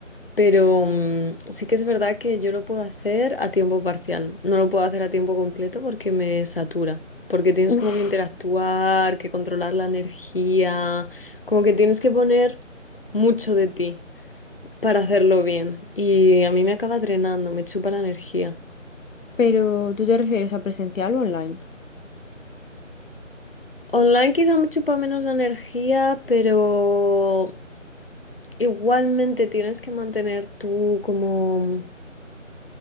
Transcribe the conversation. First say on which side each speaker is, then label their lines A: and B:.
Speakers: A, on the left (about 45°); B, on the left (about 85°).
A: Pero mm, sí que es verdad que yo lo puedo hacer a tiempo parcial, no lo puedo hacer a tiempo completo porque me satura, porque tienes
B: Uff,
A: como que interactuar, que controlar la energía, como que tienes que poner mucho de ti para hacerlo bien y a mí me acaba drenando, me chupa la energía.
B: pero ¿tú te refieres a presencial o online?
A: Online quizá me chupa menos energía, pero igualmente tienes que mantener tú como...